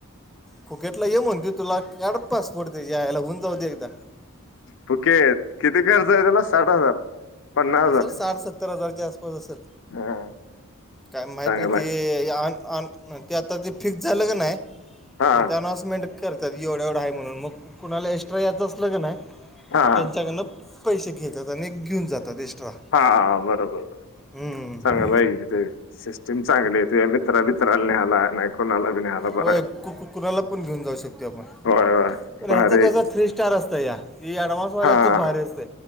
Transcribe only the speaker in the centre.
खोकेटला ये म्हणते तुला काडत पासपोर्ट ते यायला होऊन जाऊ दे एकदा
असल
साठ सत्तर हजारच्या आसपास असल.
काय माहीती
नाही ते ते आता ते फिक्स झालं का नाही
म्हणज अनाऊन्समेंट करते. तधी एवढा एवढं आहे म्हणून मग कुणाला एक्स्ट्रा यायचं असलं क नाही
मग त्यांच्याकडनं पैसे घेत. ज आणि एक घेऊन जात एक्स्ट्रा.
हम्म.
कोणाला आपण घऊ जाऊ शो पण
पण
ह्यांचं कसं
थ्री स्टार असतं या ती ॲडव्हान्सवाल्याचं
भारी असतें